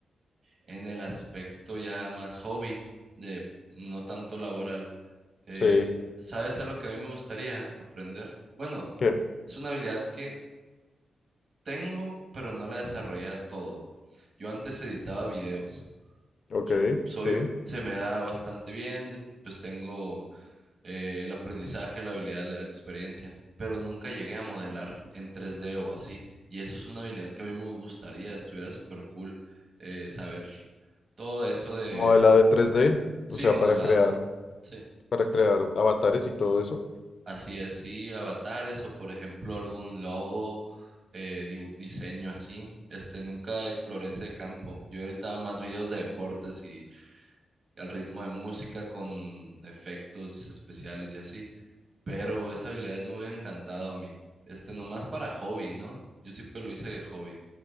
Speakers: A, on the right (about 50°); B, on the left (about 50°).
A: en el aspecto ya más hobby, de no tanto laboral. Eh,
B: Sí,
A: ¿sabes algo que a mí me gustaría aprender? Bueno,
B: que,
A: es una habilidad que tengo, pero no la desarrollé a todo. Yo antes editaba videos.
B: ok,
A: So- soy,
B: sí.
A: se me da bastante bien, de- pues tengo eh, el aprendizaje, la habilidad, la experiencia, pero nunca llegué a modelar en 3D o así. Y eso es una habilidad que a mí me gustaría, estuviera súper cool eh, saber todo eso de
B: Modelado de tres d
A: Sí,
B: o sea,
A: modelado.
B: para crear,
A: Sí.
B: para crear avatares y todo eso.
A: Así es, sí, avatares o por ejemplo algún logo, eh, di- diseño así. Este, nunca exploré ese campo. Yo ahorita hago más videos de deportes y, y al ritmo de música con efectos especiales y así. Pero esa habilidad me hubiera encantado a mí. Este, nomás para hobby, ¿no? Yo siempre lo hice de hobby.